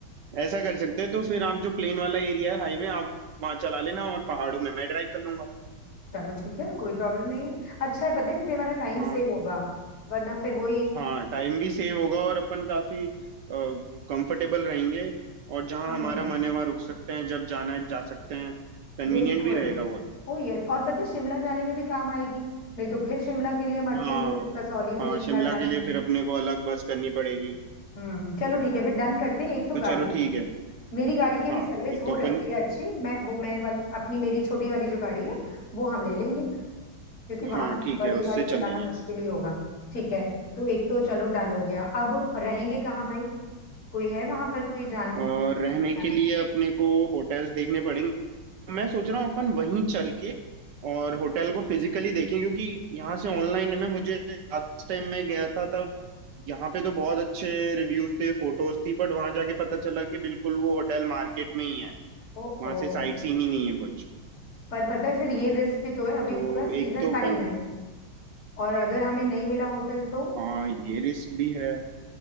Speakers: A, on the right; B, on the left.
A: ऐसा कर सकते हैं तो फिर आप जो प्लेन वाला एरिया है हाईवे आप वहाँ चला लेना और पहाड़ों में मैं ड्राइव कर लूंगा
B: <laughs> चलो ठीक है कोई प्रॉब्लम नहीं है अच्छा है पता है इससे हमारा टाइम
A: हाँ
B: सेव होगा वरना फिर वही
A: हाँ टाइम भी सेव होगा और अपन काफी कंफर्टेबल रहेंगे और जहाँ
B: हम्म
A: हमारा मन है वहाँ रुक सकते हैं जब जाना है जा सकते हैं कन्वीनियंट
B: बिल्कुल
A: भी रहेगा बहुत
B: ओ यस और पता है शिमला जाने में भी काम आएगी नहीं तो फिर शिमला के लिए हम अटकेंगे
A: हाँ
B: जब कसौली से
A: हाँ
B: शिमला
A: शिमला
B: जाने
A: के लिए
B: में
A: फिर अपने को अलग बस करनी पड़ेगी
B: हम्म चलो ठीक है फिर डन करते हैं एक तो
A: तो
B: गाड़ी
A: चलो ठीक है
B: मेरी गाड़ी की भी
A: हाँ
B: सर्विस
A: एक
B: हो
A: तो
B: रखी
A: अपन
B: है अच्छी मैं वो मैं वाली अपनी मेरी छोटी वाली जो गाड़ी है वो हम ले लेंगे क्योंकि वहां
A: हाँ
B: तो
A: ठीक
B: बड़ी
A: है उससे
B: गाड़ी चलाना
A: चल लेंगे
B: मुश्किल ही होगा ठीक है तो एक तो चलो डन हो गया अब रहेंगे कहाँ भाई कोई है वहां पर कोई जान
A: और
B: मतलब
A: रहने
B: जान
A: के
B: पे
A: लिए अपने को होटल्स देखने पड़ेंगे मैं सोच रहा हूँ अपन वहीं चल के और होटल को फिजिकली देखें क्योंकि यहाँ से ऑनलाइन है ना मुझे लास्ट टाइम मैं गया था तब यहाँ पे तो बहुत अच्छे रिव्यूज थे फोटोज थी बट वहां जाके पता चला कि बिल्कुल वो होटल मार्केट में ही है
B: ओ
A: वहां
B: ओ
A: से साइट सीन ही नहीं है कुछ
B: पर पता है फिर ये रिस्क भी तो है अभी
A: तो
B: पूरा सीजन
A: एक तो
B: टाइम
A: अपन
B: है और अगर हमें नहीं मिला होटल तो
A: हाँ ये रिस्क भी है